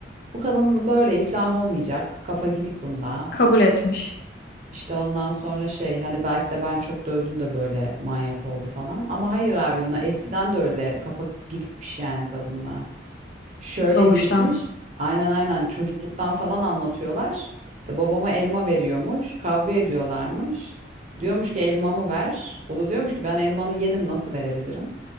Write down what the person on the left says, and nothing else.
Kabul etmiş
doğuştan.